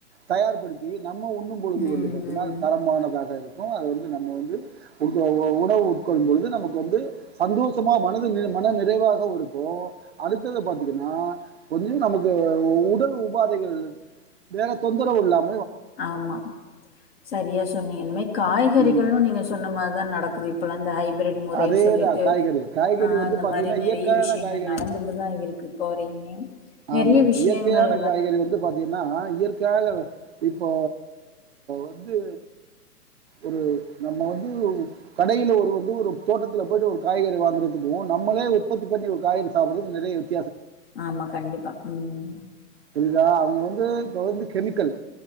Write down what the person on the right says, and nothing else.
தயார்படுத்தி நம்ம உண்ணும் பொழுது
வந்து பாத்தீனா
அது தரமானதாக இருக் கு அத வந்து நம்ம வந்து உட்கொள்வ உணவு உட்கொள்ளும் பொழுது நமக்கு வந்து சந்தோஷ் தெம்மா மனது நில மன நிறைவாகவுருக்கு அடுத்தது பாத்தீங்கனா கொஞ்ச நமக்கு உடல் உபாதைகள் வேற தொந்தரவு இல்லாம்
ம்
அதே
தான் காய்கறி காய்கறி
வந்து
பார்த்தீங்கன்னா
இயற்கையான
காய்கறி
ஆமா ஆமா
இயற்கையான காய்கறி வந்து பாத்தீங்கனா இயற்கையாக இப்போ வந்து ஒரு நம்ம வந்து கடைல ஒரு வந்து ஒரு தோட்டத்தில போய்ட்டு ஒரு காய்கறி வாங்குறதுக்கு நம்மளே உற்பத்தி பண்ணி ஒரு காய்கறி சாப்ட்றதுக்கு நெறைய வித்
புரியுதா அவுங்க வந்து இப்ப வந்து கெமிக்கல்